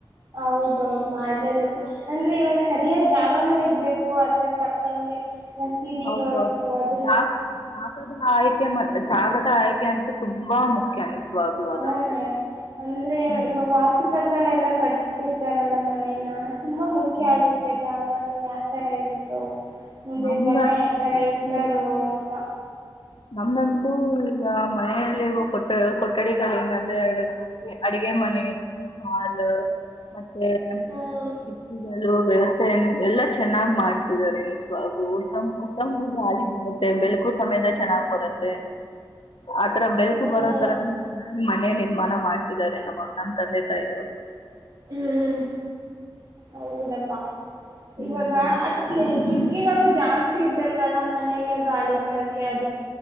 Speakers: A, on the right (about 55°); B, on the left (about 70°).
A: ಹೌದೌದು ಮಾಡ್ಲೇಬೇಕು ಅಂದ್ರೆ ಇವಾಗ ಸರಿಯಾದ್ ಜಾಗನೂ ಇರ್ಬೇಕು ಅದ್ರ ತಕ್ಕಂಗೆ ರಸೀದಿಗಳು
B: ಹೌದೌದು
A: ಅದ್ರ
B: ಜಾಗ ದಾಕದಕ ಜಾಲದ ಆಯ್ಕೆ ಅಂತೂ ತುಂಬಾ ಮುಖ್ಯ ನಿಜವಾಗ್ಲು
A: ಹ್ಮ
B: ಅದಂತೂ.
A: ಅಂದ್ರೆ
B: ಹ್ಮ್
A: ಇವಾಗ ವಾಸತು ಪ್ರಕಾರ ಎಲ್ಲಾ ಕಟ್ ಇರ್ತಾರಲ್ಲ ಮನೇನ ತುಂಬಾ ಮುಖ್ಯ
B: ಹ್ಮ್.
A: ಆಗುತ್ತೆ ಜಾಗನು ಯಾವ ತರ ಇರುತ್ತೋ ಮುಂದೆ
B: ನಮ್ದಂತೂ
A: ಜನ ಯತರ ಇದ್ದಾರೋ ಅಂತ
B: ನಮ್ದಂತೂ ಈಗ ಮನೆಯಲ್ಲಿರುವ ಕೊಟ್ಟೆ ಕೊಟ್ಟ ಕಡೆಿಂದ ಅಂದ್ರೆ ಅಡಗೆ ಮನೆ ಇದು ಹಲ್ ಮತ್ತೆ
A: ಹ್ಮ್
B: ಕಿಟ್ಟಿಗಳು ವ್ಯವಸ್ಥೆ ಎಲ್ಲ ಚೆನ್ನಾಗ್ ಮಾಡ್ತಿದ್ದಾರೆ ನಿಜವಾಗ್ಲೂ ಉತ್ತಮ ಉತ್ತಮವಾಗಿ ಹಾಲ ಮೆ ಬೆಳ್ಕು ಸಮಯದ ಚೆನ್ನಾಗ್ ಬರುತ್ತೆ ಆತರ ಬೆಳ್ಕು
A: ಹ್ಮ್
B: ಬರೋ ತರ ನ ಮನೆ ನಿರ್ಮಾಣ ಮಾಡ್ಸಿದಿದ್ದಾರೆ ನಮ್ಮ ನಮ್ ತಂದೆ ತಾಯಿಯವರು
A: ಹ್ಮ್ ಹೌದಪ್ಪಾ
B: ಹ್ಮ್
A: ಇವಾಗ ಅದ್ ಕಿಕಿಗಳು ಜಾಸ್ತಿ ಸೀರ್ಬೇಕಲ್ಲ ಮನೆಗೆ ಗಾಳಿ ಬರಕ್ಕೆೆ ಅದಕ್ಕೆ